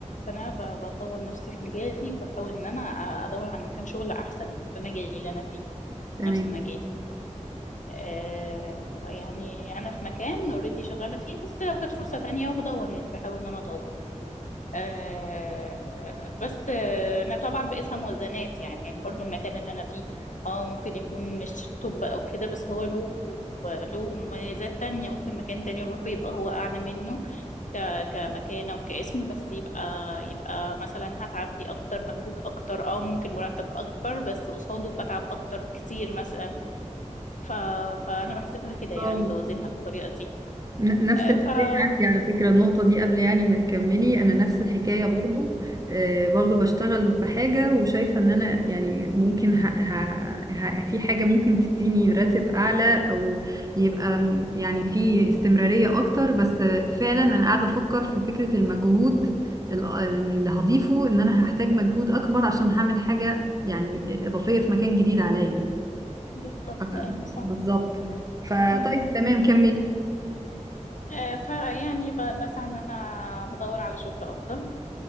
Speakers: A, on the left; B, on the right.
A: فانا ب- بطور نفسي في مجالي وبحاول ان انا ادور على مكان شغل احسن في مجالي اللي انا فيه
B: تمام
A: نفس مجالي آه يعني انا في مكان اوريدي شغاله فيه بس لو جت فرصه تانية وبدور يعني بحاول ان انا ادور آه بس آه انا طبعا بقيسها موازنات يعني يعني برضو المكان اللي انا فيه اه ممكن يكون مش توب او كده بس هو له له مميزات تانية ممكن مكان تاني يروحه يبقى هو اعلى منه ك كمكانة وكاسم بس يبقى يبقى مثلا هتعب فيه اكتر مجهود اكتر اه ممكن مرتب اكبر بس قصاده بتعب اكتر بكتير مثلا ف فانا بحسبها كده
B: اه
A: يعني بوازنها بالطريقة دي
B: ن- نفس
A: آه،
B: الحكاية
A: ف آه،
B: عندي على فكرة النقطة دي قبل يعني ما تكملي أنا نفس الحكاية برضو آه، برضو بشتغل في حاجة وشايفة إن أنا يعني ممكن ه... ه... ه... في حاجة ممكن تديني راتب أعلى أو يبقى م- يعني في استمرارية أكتر بس آه، فعلا أنا قاعدة أفكر في فكرة المجهود ال- اللي هضيفه إن أنا هحتاج مجهود أكبر عشان هعمل حاجة يعني إضافية في مكان جديد عليا
A: بالظبط
B: ف-
A: ايوه
B: بالظبط فطيب
A: صح
B: تمام كملي
A: آه، فيعني ب- بسعى ان انا بدور على شغل افضل